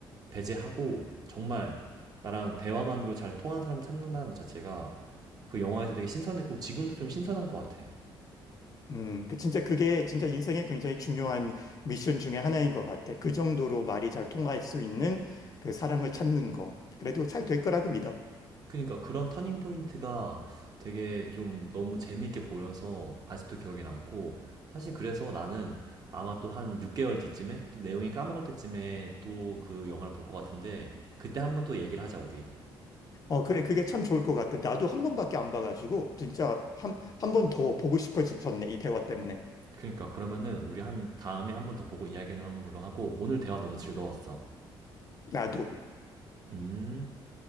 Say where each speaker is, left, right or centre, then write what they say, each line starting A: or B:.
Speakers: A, on the right; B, on the left.
A: 배제하고 정말 나랑 대화만으로 잘 통하는 사람 찾는다는 것 자체가 그 영화에서 되게 신선했고 지금도 좀 신선한 것 같아.
B: 음, 그 진짜 그게 진짜 인생에 굉장히 중요한 미션 중에 하나인 것 같아. 그 정도로 말이 잘 통할 수 있는 그 사람을 찾는 거. 그래도 잘 될 거라고 믿어.
A: 그러니까 그런 터닝 포인트가 되게 좀 너무 재밌게 보여서 아직도 기억에 남고 사실 그래서 나는 아마 또 한 6개월 뒤쯤에 또 내용이 까먹을 때쯤에 또 그 영화를 볼 것 같은데 그때 한번 또 얘기를 하자 우리.
B: 어, 그래. 그게 참 좋을 것 같아. 나도 한 번밖에 안 봐가지고 진짜 한, 한 번 더 보고 싶어졌네. 이 대화 때문에.
A: 그러니까 그러면은 우리 한 다음에 한번 더 보고 이야기하는 걸로 하고 오늘 대화 너무 즐거웠어.
B: 나도.
A: 음.